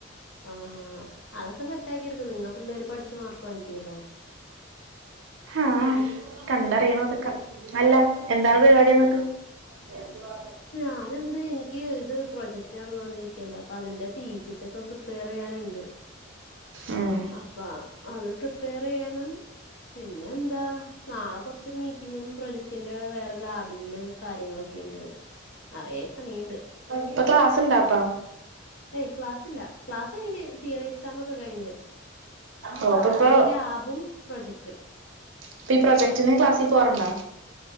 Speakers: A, on the left; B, on the right.
A: ആഹ് അതൊക്ക സെറ്റാക്കി എടുക്കും നിങ്ങ പിള്ളേര് പഠിച്ചു മാർക്ക് വാങ്ങിക്കുല്ലൊ
B: ആഹ് കണ്ടറിയണം അതൊക്കെ അല്ല
A: ഉം
B: എന്താണ് പരിപാടി എന്നിട്ട് <unintelligible>
A: ഞാനെന്ത് എനിക്ക് ഇത് പ്രൊജക്ട് നടന്നോണ്ടിരിക്കല്ലെ അപ്പൊ അതിന്റെ തീസിസ് ഇപ പ്രിപ്പേറിയ്യാന്ണ്ട്
B: ഉം
A: അപ്പ അത് പ്രിപ്പേറിയ്യാനും പിന്നെന്താ നാളെ കൊറ്ച്ച് മീറ്റിങ്ങും പ്രൊജക്ടിന്റെ വേറെ ലാബില്ല് കാര്യങ്ങളൊക്ക ണ്ട് നെറേ പണിയ്ണ്ട്
B: ഇപ്പൊ ക്ലാസ് ഇണ്ടാപ്പൊ
A: ഏയ് ക്ലാസ്സില്ല ക്ലാസ് കയഞ് തീയറി എക്സാമൊക്കെ കഴിഞ്ഞ്
B: ഓ അപ്പൊ ഇപ്പൊ
A: ഇനി ലാബും പ്രൊജക്ടും
B: ഇപ്പ ഈ പ്രൊജക്ടിന് ക്ലാസി പോവറ്ണ്ടൊ